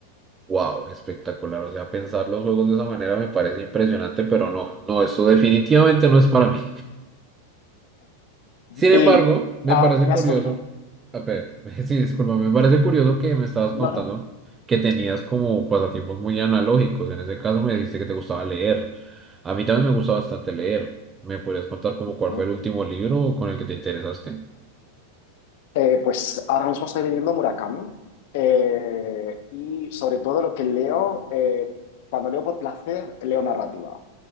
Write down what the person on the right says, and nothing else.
Wow, espectacular. O sea, pensar los juegos de esa manera me parece impresionante, pero no, no, eso definitivamente no es para mí. Sin
embargo, me
parece
curioso,
a ver, <laughs> sí, disculpa, me parece curioso que me estabas contando
que tenías como pasatiempos muy analógicos. En ese caso me dijiste que te gustaba leer. A mí también me gusta bastante leer. ¿Me podrías contar como cuál
fue el último libro con el que te interesaste?